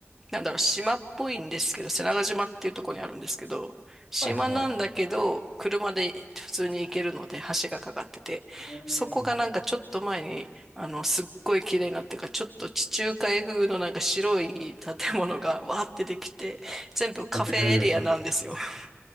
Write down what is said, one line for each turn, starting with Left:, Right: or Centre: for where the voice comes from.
Centre: なんだろう、島っぽいんですけど、瀬長島っていうところにあるんですけど、島なんだけど、
Left: ああ、はいはい。
Centre: 車で普通に行けるので、橋がかかってて、
Left: うーん。
Centre: そこがなんかちょっと前に、あの、すっごい綺麗になってから、ちょっと地中海風のなんか白い建物がわーってできて、全部カフェエリアなんですよ。
Left: パクリ始めた。
Centre: <laughs>